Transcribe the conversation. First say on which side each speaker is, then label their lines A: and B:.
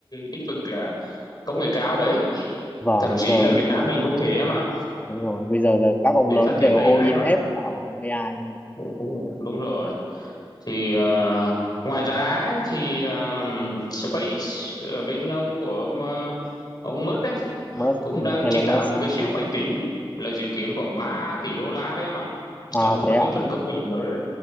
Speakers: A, on the left; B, on the left.
A: lĩnh vực là công nghệ cao đấy
B: vâng,
A: thậm chí
B: giờ
A: là
B: bây
A: Việt
B: giờ
A: Nam mình cũng thế em ạ
B: đúng rồi, bây giờ giờ các ông
A: để
B: lớn
A: phát triển
B: đều
A: AI
B: all in
A: mà
B: hết vào AI nhỉ.
A: Đúng rồi. Đúng rồi. Thì ờ, ngoài ra ấy, thì ờ, SpaceX ở bên ông của ông ờ, ông Musk ấy
B: Musk,
A: cũng
B: đúng,
A: đang
B: Elon
A: chế tạo
B: Musk.
A: một cái siêu máy tính là dự kiến khoảng 3 tỷ đô la đấy em ạ.
B: À
A: Là một
B: thế
A: trong
B: ạ.
A: những phần công nghệ mới